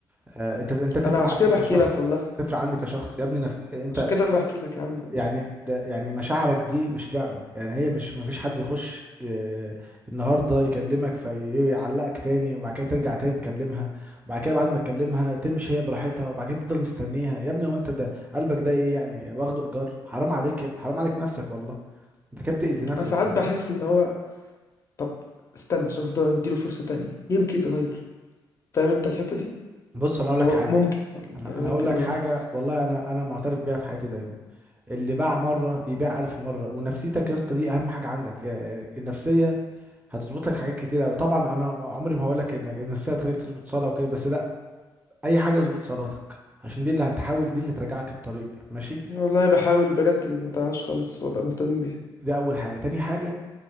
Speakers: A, on the right (about 15°); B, on the left (about 30°).
A: آه، انت انت تفرق
B: انا عشان
A: عندك
B: كده بحكي
A: كشخص
B: لك والله
A: تفرق عندي كشخص يا ابني نف... انت
B: عشان كده بحكي لك يا عم
A: يعني ده يعني مشاعرك دي مش لعبة يعني هي مش مفيش حد يخش ي- النهاردة يكلمك فيعلقك تاني وبعد كده ترجع تاني تكلمها وبعد كده بعد ما تكلمها تمشي هي براحتها وبعد كده تفضل مستنيها يا ابني هو انت ده قلبك ده ايه يعني واخده ايجار حرام عليك يا ابني حرام عليك نفسك والله انت كده بتأذي نفسك
B: انا ساعات
A: فاهم
B: بحس ان هو طب استنى الشخص ده نديله فرصة تانية يمكن يتغير فاهم انت الحتة دي
A: بص انا اقول
B: اللي
A: لك
B: هو
A: حاجة
B: ممكن طب
A: انا
B: يعني
A: انا
B: ممكن
A: هقول لك
B: يتغير
A: حاجة والله انا انا معترف بيها في حياتي دايما اللي باع مرة يبيع ألف مرة ونفسيتك يا اسطى دي أهم حاجة عندك يا- النفسية هتظبط لك حاجات كتير قوي طبعا انا عمري ما هقول لك انك ان السنه تخليك تظبط صلاه وكده بس لا اي حاجه اظبط صلاتك عشان دي اللي هتحاول دي اللي ترجعك الطريق ماشي
B: والله بحاول بجد ما ضيعهاش خالص وابقى ملتزم بيها
A: دي اول حاجه تاني حاجه